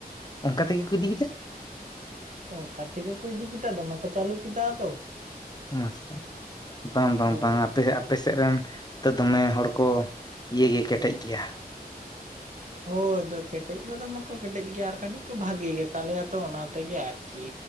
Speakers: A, on the left (about 25°); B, on the right (about 50°).
A: ᱚᱝᱠᱟ ᱛᱮᱜᱮ ᱠᱚ ᱤᱫᱤ ᱠᱮᱫᱟ?
B: ᱚᱝᱠᱟ ᱛᱮᱜᱮ ᱠᱚ ᱤᱫᱤ ᱠᱮᱫᱟ ᱫᱚᱢᱮ ᱠᱚ ᱪᱟᱹᱞᱩ ᱠᱮᱫᱟ ᱟᱫᱚ᱾
A: ᱢᱟᱥᱮ ᱵᱟᱝ ᱵᱟᱝ
B: ᱦᱳᱭ
A: ᱵᱟᱝ ᱟᱯᱮ ᱟᱯᱮ ᱥᱮᱫ ᱨᱮᱱ ᱛᱚ ᱫᱚᱢᱮ ᱦᱚᱲ ᱠᱚ ᱤᱭᱟᱹ ᱜᱮ ᱠᱮᱴᱮᱡ ᱜᱮᱭᱟ᱾
B: ᱦᱳᱭ ᱠᱮᱴᱮᱡ ᱫᱚ ᱫᱚᱢᱮ ᱠᱚ ᱠᱮᱴᱮᱡ ᱜᱮᱭᱟ ᱟᱨ ᱠᱟᱹᱴᱤᱡ ᱠᱚ ᱵᱷᱟᱜᱤ ᱜᱮᱛᱟᱞᱮᱭᱟ ᱛᱚ ᱚᱱᱟ ᱛᱮᱜᱮ ᱟᱨᱠᱤ᱾